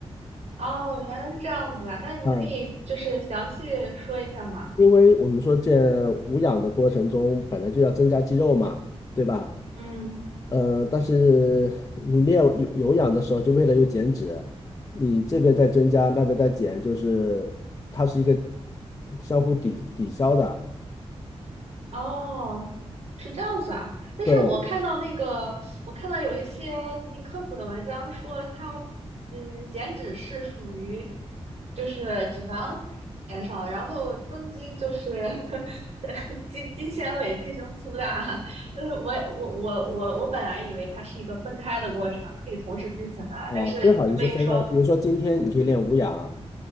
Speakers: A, on the right; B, on the left.
A: 哦，原来是这样子啊，那你可以就是详细说一下嘛。
B: 嗯，因为我们说这无氧的过程中本来就要增加肌肉嘛，对吧？
A: 嗯，
B: 呃，但是你练有有氧的时候，就为了有减脂，你这边在增加，那边在减，就是它是一个相互抵抵消的。
A: 哦，是这样子啊。但是我看到那个，
B: 对
A: 我看到有一些那科普的文章说它，嗯，减脂是属于就是脂肪减少，然后增肌就是 <laughs> 肌肌纤维进行粗大啊。就是我我我我我本来以为它是一个分开的过程，可以同时进行的啊，
B: 啊，
A: 但是你这么一说，
B: 最好你是分开，比如说今天你可以练无氧，